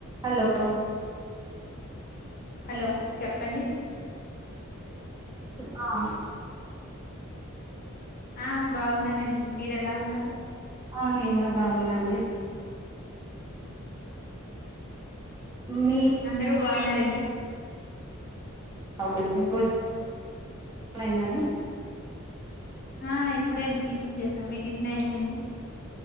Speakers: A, on the right; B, on the left.
A: Hello
B: hello చెప్పండి
A: ఆ
B: ఆ బాగున్నానండి మీరు ఎలా ఉన్నారు
A: ఆ నేను కూడా బాగున్నా అండి మీ
B: అందరూ బాగున్నారండి.
A: అవునండి భోజనమైంద అండి.
B: ఆ ఇప్పుడే అండి టిఫిన్ చేసాం మీ టిఫిన్ అయింద అండి